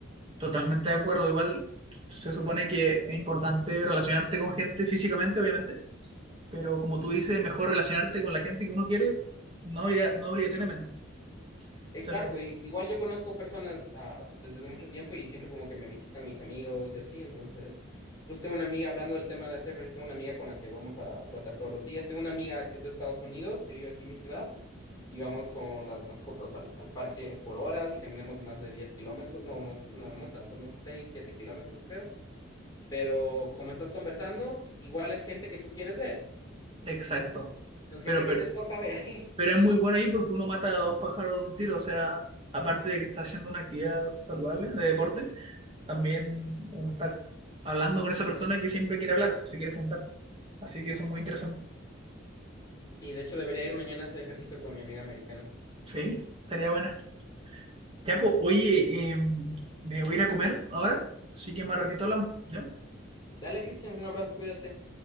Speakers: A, on the right; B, on the left.
A: Totalmente de acuerdo, igual se supone que es importante relacionarte con gente físicamente, obviamente, pero como tú dices, mejor relacionarte con la gente que uno quiere, no, obliga- no obligatoriamente.
B: Exacto,
A: Esa es la
B: y- igual yo conozco personas ah, desde hace mucho tiempo y siempre como que me visitan mis amigos y así, entonces, pues tengo una amiga, hablando del tema de hacer ejercicio, tengo una amiga con la que vamos a tratar todos los días, tengo una amiga que es de Estados Unidos, que vive aquí en mi ciudad, y vamos con las mascotas al, al parque por horas y caminamos más de 10 kilómetros, no, no, no, no tanto, unos 6 7 kilómetros creo, pero como estás conversando, igual es gente que tú quieres ver,
A: idea. Exacto.
B: no es no es gente
A: Pero,
B: que
A: pero,
B: te toca ver.
A: pero
B: <laughs>
A: es muy bueno ahí porque uno mata a dos pájaros de un tiro, o sea, aparte de que está haciendo una actividad saludable de deporte, también uno está hablando con esa persona que siempre quiere hablar, que se quiere juntar. Así que eso es muy interesante.
B: Sí, de hecho debería ir mañana a hacer ejercicio con mi amiga americana.
A: Sí, estaría buena. Ya, pues, oye, em, me voy a ir a comer ahora, así que más ratito hablamos, ¿ya?
B: Dale, Cristian, un abrazo, cuídate.